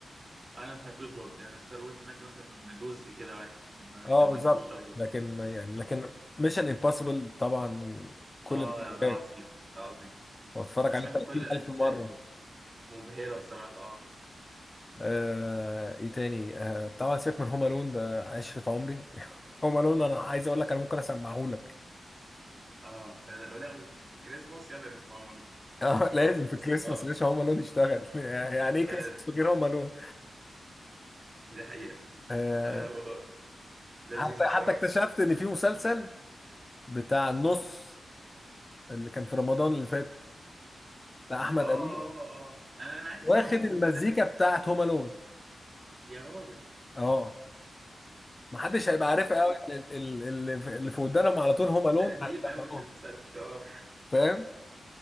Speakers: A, on the right (about 40°); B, on the left (about 30°).
A: انا ما سمعتوش برضه يعني ستار وورز سمعت مثلا جزء كده واحد ما
B: اه
A: كملتوش
B: بالظبط
A: قوي برضه
B: لكن ما يعني لكن ميشن امبوسيبل طبعا كل
A: اه
B: الحلقات
A: ده عظيم ده عظيم
B: واتفرج
A: انا سمعت
B: عليه 30000
A: كل اجزائه
B: مره
A: مبهره بصراحه اه
B: آه ايه تاني آه طبعا سيبك من هوم الون ده عشرة عمري <laughs> هوم الون انا عايز اقول لك انا ممكن اسمعه لك <laughs>
A: اه آه، لا وفي كريسماس يلا نسمعه هو
B: آه
A: هو
B: لازم
A: بتحس
B: في كريسماس
A: اه
B: ليش هوم الون يشتغل <laughs> يعني
A: ده
B: ايه كريسماس
A: لازم
B: من غير هوم الون
A: دي حقيقه
B: آه
A: فلا هو لذيذ
B: حتى
A: بصراحه
B: حتى اكتشفت
A: جدا
B: ان في مسلسل بتاع النص اللي كان في رمضان اللي فات بتاع احمد
A: اه
B: امين
A: اه اه انا انا عايز
B: واخد
A: اسمعه المسلسل
B: المزيكا
A: ده أنا ح-
B: بتاعت هوم الون
A: يا راجل
B: اه محدش هيبقى عارفها قوي يعني ال- ال- اللي في اللي في ودانهم على طول هوم
A: اللي
B: الون
A: قديم
B: هيسمعوها
A: قوي في المسلسل <laughs> اه
B: فاهم